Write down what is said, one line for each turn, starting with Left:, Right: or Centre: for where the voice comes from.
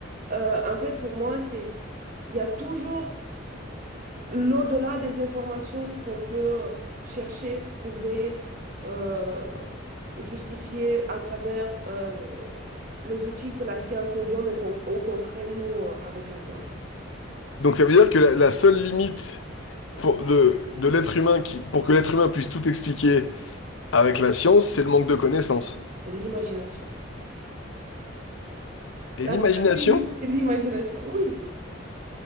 Right: Euh, en fait, pour moi, c'est, il y a toujours l'au-delà des informations qu'on peut chercher, prouver, euh, justifier à travers euh, les outils que la science nous donne et qu'on, ou qu'on crée nous euh, avec la science.
Left: Donc ça veut dire que la, la seule limite pour de, de l'être humain qui, pour que l'être humain puisse tout expliquer. Avec la science, c'est le manque de connaissances.
Right: C'est l'imagination.
Left: Et
Right: La
Left: l'imagination?
Right: seule limite, c'est l'imagination. Oui,